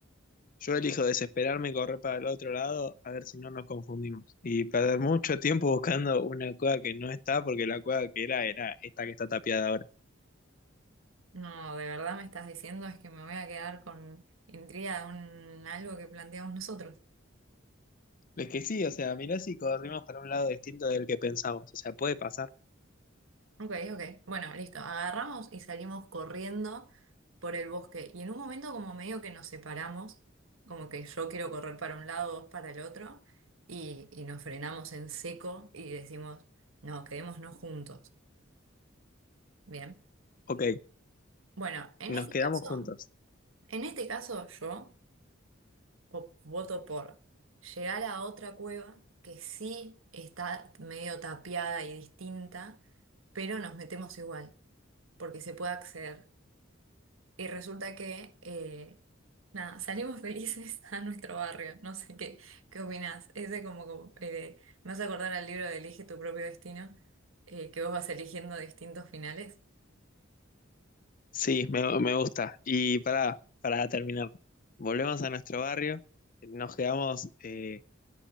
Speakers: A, on the left; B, on the right.
A: Yo elijo desesperarme y correr para el otro lado a ver si no nos confundimos. Y perder mucho tiempo buscando una cueva que no está porque la cueva que era era esta que está tapiada ahora.
B: No, de verdad me estás diciendo es que me voy a quedar con intriga de un, algo que planteamos nosotros.
A: Es que sí, o sea, mirá si corrimos para un lado distinto del que pensamos. O sea, puede pasar.
B: Ok, ok. Bueno, listo. Agarramos y salimos corriendo por el bosque. Y en un momento como medio que nos separamos, como que yo quiero correr para un lado, vos para el otro, y, y nos frenamos en seco y decimos, no, quedémonos juntos. Bien.
A: Ok,
B: Bueno, en
A: nos
B: este
A: quedamos
B: caso,
A: juntos.
B: en este caso yo op- voto por llegar a otra cueva que sí está medio tapiada y distinta, pero nos metemos igual, porque se puede acceder. Y resulta que, eh, nada, salimos felices <laughs> a nuestro barrio. No sé qué, qué opinás. Ese como, como, eh, me hace acordar al libro de Elige tu propio destino, eh, que vos vas eligiendo distintos finales.
A: Sí, me, me gusta. Y para, para terminar, volvemos a nuestro barrio, nos quedamos, eh,